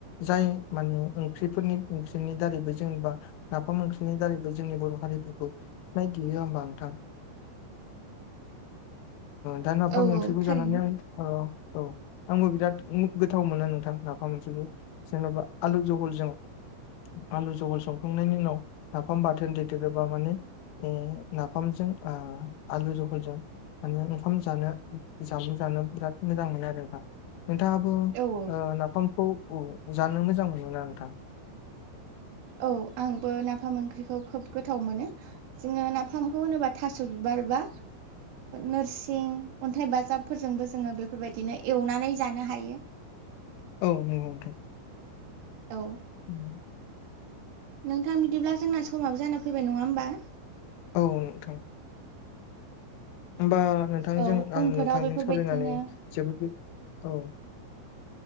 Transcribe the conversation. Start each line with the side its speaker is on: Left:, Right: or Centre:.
Left: जाय माने ओंख्रिफोरनि ओंख्रिनि दारैबो जेनेबा लाफा ओंख्रिनि दारैबो जोंनि बर' हारिफोरखौ सिनायथियो होमबा नोंथां? दा नाफाम
Right: औ
Left: ओंख्रिखौ
Right: औ थारैनो
Left: जानानै आं औ। आंबो बिराद गोथाव मोनो नोंथां लाफा मोनसेबो जेनेबा आलु जहलजों आलु जहल संखांनायनि उनाव नाफाम बाथोन दैेदेर्रबा माने नाफामजों आलु जहलजों माने ओंखाम जानो जामलु जानो बिराद मोजां मोनो आरो ना? नोंथाङाबो
Right: औ
Left: नाफामखौ जानो मोजां मोनोा नोंथां।
Right: औ आंबो नाफाम ओंख्रिखौ खोब गोथाव मोनो जोङो नाफामखौ होनोबा थास' बिबार बा नोरसिं अन्थाइ बाजाबफोरजोंबो जोङो बेफोरबायदिनो एवनानै जानो हायो।
Left: औ नै बुं नोंगौ।
Right: औ।
Left: उम
Right: नोंथां बिदिब्ला जोंना समाबो जाना फैबाय नङा होमबा?
Left: औ नों होमबा नोंथांजों
Right: औ
Left: आं
Right: उनफोराव
Left: नोंथांजों
Right: बेफोरबायदिनो
Left: सावरायनानै जोबोद औ।